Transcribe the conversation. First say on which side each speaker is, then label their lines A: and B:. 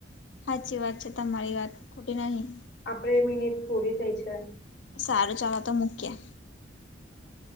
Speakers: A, on the left; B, on the left.
A: હાચી વાત છે તમારી વાત ખોટી નહી.
B: આપણે મિનિટ પૂરી થઈ છે.
A: સારું ચાલો તો મૂક્યે.
B: હા.